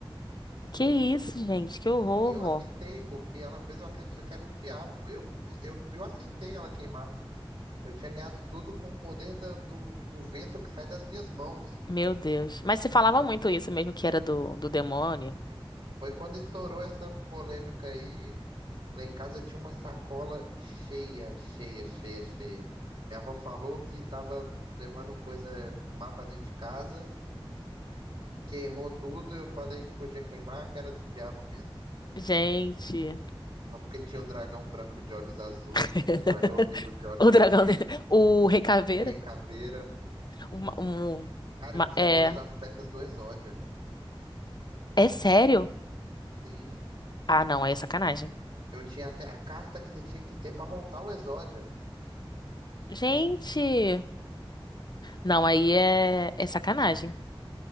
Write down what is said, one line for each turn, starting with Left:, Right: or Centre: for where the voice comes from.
Left: que isso, gente? Que horror,
Right: E eu
Left: vó.
Right: aceitei, porque ela fez eu acreditar que era do diabo. Eu, fui- eu, eu aceitei ela queimar. Eu tinha ganhado tudo com o poder da- do, do vento que sai das minhas mãos.
Left: Meu Deus. Mas se falava muito isso mesmo, que era do, do demônio.
Right: Foi quando estourou essa polêmica aí, Lá em casa tinha uma sacola cheia, cheia, cheia, cheia. Minha avó falou que tava levando coisa má pra dentro de casa, queimou tudo. Eu falei que podia queimar, que era do diabo mesmo.
Left: Gente,
Right: Só porque tinha um dragão branco de olhos azuis,
Left: <laughs>
Right: o dragão negro de olhos
Left: o dragão,
Right: vermelhos,
Left: de- o Rei Caveira.
Right: o rei caveira.
Left: Uma, um,
Right: Cara,
Left: uma-
Right: eu tinha
Left: é,
Right: todas as peças do Exódia.
Left: é sério?
Right: Sim.
Left: Ah, não, aí é sacanagem.
Right: Eu tinha até a carta que você tinha que ter pra montar o Exódia.
Left: Gente, não, aí é, é sacanagem.